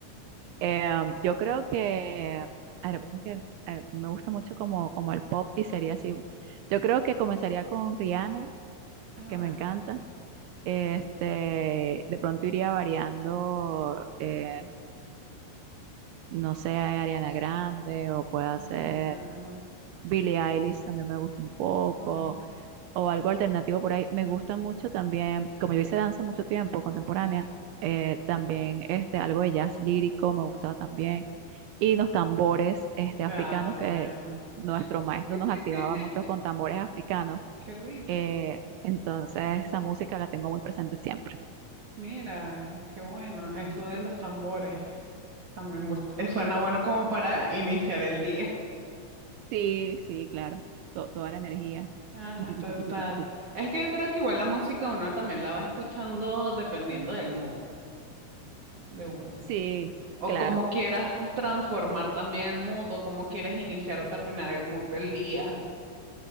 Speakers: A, on the right; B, on the right.
A: eh, yo creo que, ah, lo que pasa es que eh, me gusta mucho como, como el pop y sería así. Yo creo que comenzaría con Rihanna,
B: Ah,
A: que
B: bueno,
A: me encanta. Este, de pronto iría variando, eh, no sé, Ariana Grande o puede
B: ah,
A: ser
B: bueno, ah, bueno,
A: Billie Eilish, también me gusta un poco,
B: ah, bueno,
A: o algo alternativo por ahí. Me gusta mucho también, como yo hice danza mucho tiempo, contemporánea,
B: claro.
A: eh, también este, algo de jazz lírico me gustaba también. Y los tambores este, africanos
B: Ah,
A: que
B: bueno.
A: nuestro maestro
B: <laughs>
A: nos activaba mucho con tambores africanos.
B: Qué rico.
A: eh, entonces esa música la tengo muy presente siempre.
B: Mira, qué bueno. Eso de los tambores también bus- eh, suena bueno como para iniciar el día.
A: Sí, sí, claro. To- toda la energía.
B: Ah,
A: Tu, tu, tu,
B: tal,
A: tu, tu, tu,
B: tal.
A: tu, tu, tu.
B: Es que yo creo que igual la música uno también la vas escuchando dependiendo del mood de uno.
A: Sí,
B: O
A: claro.
B: cómo quieras transformar también el mood, o cómo quieres iniciar o terminar el mood del día.